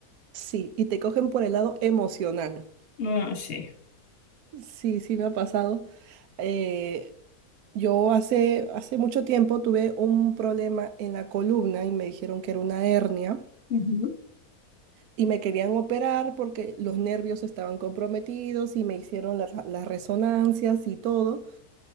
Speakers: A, on the right; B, on the left.
A: Sí, y te cogen por el lado emocional.
B: No, sí.
A: Sí, sí me ha pasado. Eh, yo hace, hace mucho tiempo tuve un problema en la columna y me dijeron que era una hernia.
B: Ujú.
A: Y me querían operar porque los nervios estaban comprometidos y me hicieron las las resonancias y todo.